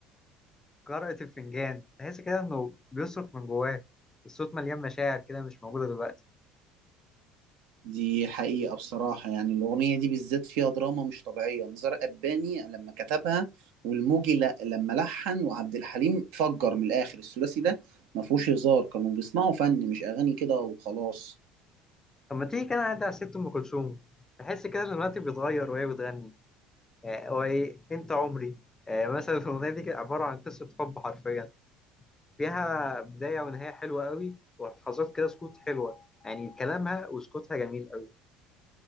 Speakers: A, on the left; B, on the right.
A: قراءة الفنجان تحس كده انه بيصرخ من جواه الصوت مليان مشاعر كده مش موجوده دلوقتي
B: دي حقيقة بصراحة يعني الأغنية دي بالذات فيها دراما مش طبيعية نزار قباني لما كتبها والموجي لا لما لحن وعبد الحليم فجر من الآخر الثلاثي ده ما فيهوش هزار كانوا بيسمعوا فن مش أغاني كده وخلاص
A: طب ما تيجي كده نعدي على ست ام كلثوم تحس كده ان الوقت بيتغير وهي بتغني يعني هو ايه انت عمري آه، مثلا الاغنيه دي كانت عباره عن قصه حب حرفيا فيها بدايه ونهايه حلوه قوي ولحظات كده سكوت حلوه يعني كلامها وسكوتها جميل قوي